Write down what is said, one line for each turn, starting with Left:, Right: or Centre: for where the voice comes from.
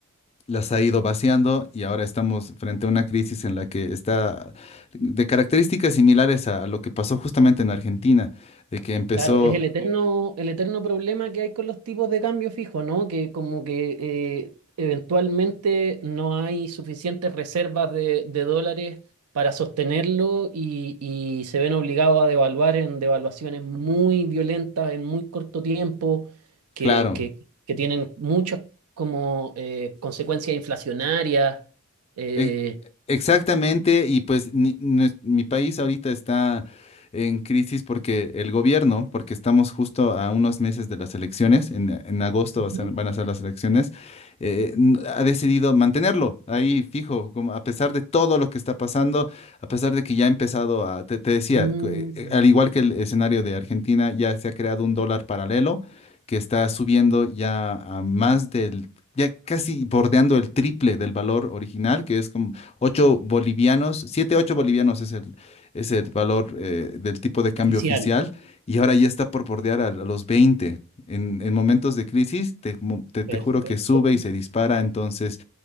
Left: las ha ido vaciando y ahora estamos frente a una crisis en la que está de características similares a, a lo que pasó justamente en Argentina, de que empezó,
Right: Claro, es el eterno, el eterno problema que hay con los tipos de cambio fijo, ¿no? Que como que eh, eventualmente no hay suficientes reservas de, de dólares para sostenerlo y, y se ven obligados a devaluar en devaluaciones muy violentas en muy corto tiempo, que,
Left: claro,
Right: que- que tienen muchas como eh, consecuencias inflacionarias. eh,
Left: E- Exactamente, y pues ni- nues- mi país ahorita está en crisis porque el gobierno, porque estamos justo a unos meses de las elecciones, en, en agosto
Right: ujú.
Left: va a ser- van a ser las elecciones, eh, n- ha decidido mantenerlo ahí fijo, como a pesar de todo lo que está pasando, a pesar de que ya ha empezado a, te, te decía,
Right: mm,
Left: que, eh, al igual que el escenario de Argentina, ya se ha creado un dólar paralelo que está subiendo ya a más del ya casi bordeando el triple del valor original, que es como 8 bolivianos, 7 8 bolivianos es el, es el valor eh, del tipo de cambio
Right: oficial.
Left: oficial, y ahora ya está por bordear a, a los veinte En, en momentos de crisis, te, mo- te- te
Right: Perfecto.
Left: juro que sube y se dispara, entonces...